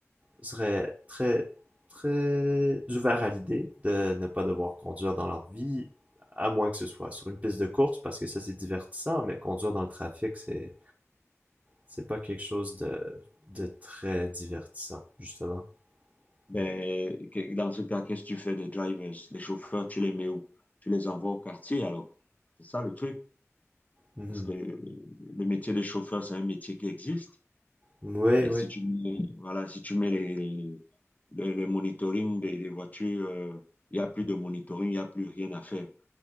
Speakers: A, on the right; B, on the left.
A: seraient très, très ouverts à l'idée de ne pas devoir conduire dans leur vie, à moins que ce soit sur une piste de course, parce que ça, c'est divertissant, mais conduire dans le trafic, c'est, c'est pas quelque chose de, de très divertissant, justement.
B: Ben,
A: Mm.
B: que- dans ce cas, qu'est-ce que tu fais des drivers, les chauffeurs, tu les mets où? Tu les envoies au quartier, alors. C'est ça le truc.
A: Mhm.
B: Parce que euh, le métier de chauffeur, c'est un métier qui existe.
A: Oui,
B: Mais
A: oui.
B: si tu mets, voilà, si tu mets les, les- le, le monitoring des, des voitures, euh, il n'y a plus de monitoring, il n'y a plus rien à faire.